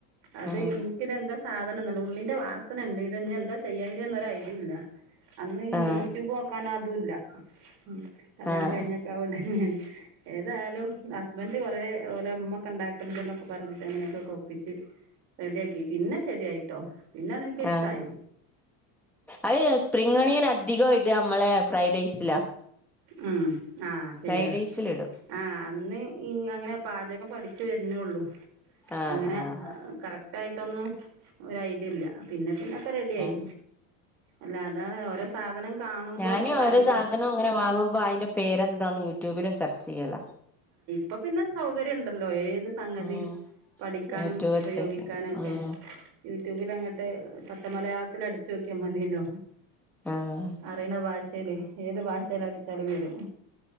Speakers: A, on the right; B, in the centre.
A: അത്
B: ഉം
A: എനിക്കിതെന്താ സാധനം എന്നല്ല ഉള്ളിന്റെ വാസന ഉണ്ട് ഇത് ഇ എന്താ ചെയ്യേണ്ടന്ന് ഒരു അല്ല അന്ന് ഇനി
B: ആഹ്
A: യൂട്യൂബ് നോക്കാന അതല്ല ഉ കല്യാണം
B: ആഹ്
A: കഴിഞ്ഞൊക്കെ അണ്ട തന്നെയാണ് ഏതായ ഹസ്ബന്ഡറ് കൊറെേലെ ഉമ്മ ഒക്കെ ഉണ്ടാക്കലുണ്ട് എന്നൊക്കെ പറഞ്ഞിട്ട് അങ്ങനെയൊക്കെ കൊ പ്പിച്ച് റെഡിയാക്കി പിന്നെ ശെരിയായിട്ടോ പിന്നെ എനിക്ക് ഇഷ്ടായി
B: ആഹ് അത് സ്പ്രിംഗണിയൻ അധികമായിട്ട് നമ്മളെ ഫ്രൈഡ് റൈസിലാ
A: ഉം ആഹ ശരിയാ
B: ഫ്രൈഡ് റൈസിലിടും
A: ആഹ് അന്ന് ഈ അങ്ങനെ പാചകം പഠിച്ചു വരുന്നള്ളു
B: ആഹ്
A: അങ്ങനെ
B: ആഹ്
A: ക ആയിട്ടൊന്നും ഒരു ഐഡിയ ഇല്ല പിന്നെ പിന്നൊക്കെ റെഡി ആയി
B: ആഹ്
A: അല്ല അതാണ് ഓരോ സാധനം കാണുമ്പോ
B: ഞാന്
A: നമ്മുക്കറിയില്ല
B: ഓരോ സാധനവും അങ്ങനെ വാങ്ങു അ അയിന്റെ പേരെന്താണ് യൂട്യൂബില് സെർച്ച് ചെയ്യല
A: അപ്പൊ പിന്നെ സൗകര്യം ഉണ്ടല്ലോ ഏ സംഗതി
B: ആഹ്
A: പഠിക്കാനും
B: യൂട്യൂബ് അടിച്ചൊക്കെ
A: ഉപയോഗിക്കാനും ഒക്കെ
B: ആഹ്
A: യ ട്യൂബിൽ അങ്ങട്ട് പച്ച മലയാളത്തിൽ അടിച്ചു വോക്കിയാൽ മതില്ലോ
B: ആഹ്
A: അറിയണ ഭാഷ ശരി ഏത് ഭാഷൽ അടിച്ചാലും വീടും